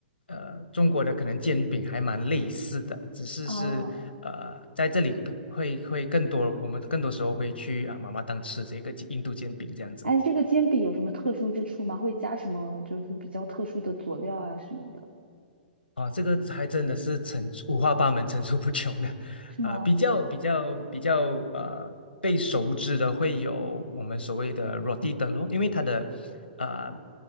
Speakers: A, on the left; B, on the right.
A: 呃中国的可能煎饼还蛮类似的，只是是呃在这里会会更多，
B: <laughs> 哦，
A: 我们更多时候会去啊、妈妈档吃这个印度煎饼这样子。
B: 哎，这个煎饼有什么特殊之处吗？会加什么就是比较特殊的佐料啊什么的，
A: 啊，这个还真的是层出五花八门、层出不穷的，
B: 是吗？
A: 啊、比较比较比较呃被熟知的会有我们所谓的 rotita 咯，因为它的呃